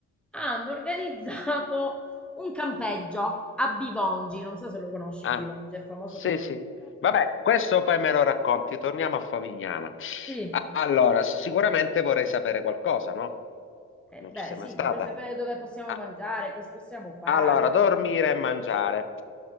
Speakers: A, in the centre; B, on the left (about 45°).
A: hanno organizzato un campeggio a Bivongi. Non so se lo conosci,
B: Ah,
A: Bivongi, è famoso
B: sì,
A: per il
B: sì.
A: vino.
B: Vabbè, questo poi me lo racconti, torniamo a Favignana.
A: Sì,
B: Allora, sicuramente vorrei sapere qualcosa, no?
A: eh
B: Non
A: beh,
B: ci sei
A: sì,
B: mai stata.
A: vorrei sapere dove possiamo
B: Ah,
A: mangiare, cosa possiamo fare.
B: Allora, dormire e mangiare.